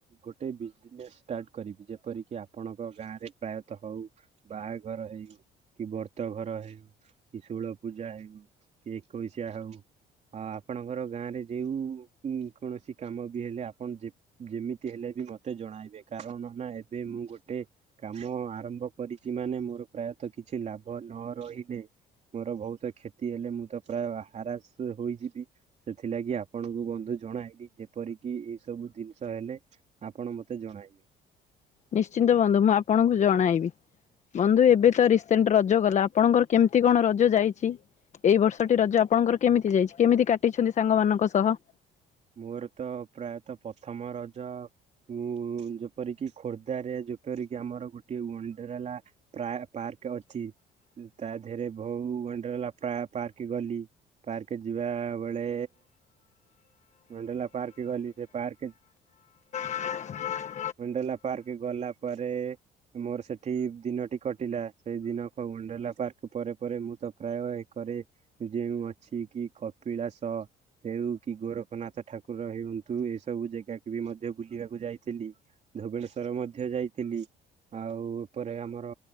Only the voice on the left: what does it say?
ନିଶ୍ଚିନ୍ତ ବନ୍ଧୁ ମୁଁ ଆପଣଙ୍କୁ ଜଣାଇବି। ବନ୍ଧୁ ଏବେ ତ ରିସେଣ୍ଟ ରଜ ଗଲା ଆପଣଙ୍କର କେମିତି କଣ ରଜ ଯାଇଛି? ଏଇ ବର୍ଷଟି ରଜ ଆପଣଙ୍କର କେମିତି ଯାଇଛି କେମିତି କାଟିଛନ୍ତି ସାଙ୍ଗମାନଙ୍କ ସହ?
ହ ହୁଁ